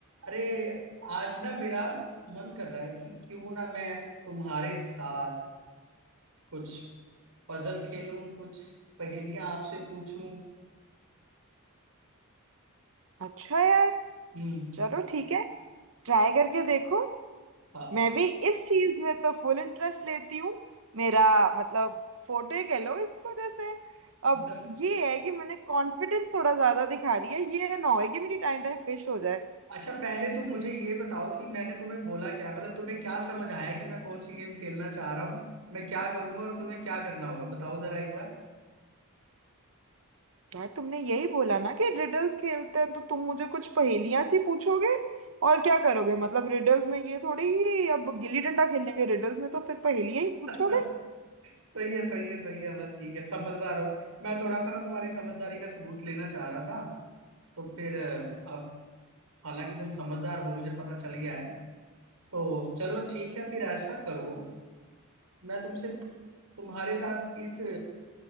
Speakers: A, on the right (about 90°); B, on the right (about 65°).
A: अरे आज ना मेरा मन कर रहा है कि क्यों ना मैं तुम्हारे साथ कुछ पजल खेलूं कुछ पहेलियां आपसे पूछूं
B: अच्छा यार
A: हम्म
B: चलो ठीक है ट्राई करके देखो
A: हाँ
B: मैं भी इस चीज में तो फुल इंटरेस्ट लेती हूँ मेरा मतलब फोटो ही कह लो इसको जैसे अब
A: बस
B: ये है कि मैंने कॉन्फिडेंस थोड़ा ज्यादा दिखा दिया ये ना हो कि मेरी टाइम टाइम फिश हो जाए
A: अच्छा पहले तुम मुझे ये बताओ कि मैंने तुम्हें बोला क्या मतलब तुम्हें क्या समझ आया कि मैं कौन सी गेम खेलना चाह रहा हूँ मैं क्या करूंगा और तुम्हें क्या करना होगा बताओ जरा एक बार
B: यार तुमने यही बोला ना कि रिडल्स खेलते हैं तो तुम मुझे कुछ पहेलियां सी पूछोगे और क्या करोगे मतलब रिडल्स में ये थोड़ी कि अब गिल्ली डंडा खेलेंगे रिडल्स में तो फिर पहेलियां ही पूछोगे
A: <laughs> सही है सही है सही है बस ठीक है समझदार हो मैं थोड़ा सा ना तुम्हारी समझदारी का सबूत लेना चाह रहा था तो फिर अ, अब हालांकि तुम समझदार हो मुझे पता चल गया है तो चलो ठीक है फिर ऐसा करो मैं तुमसे तुम्हारे साथ इस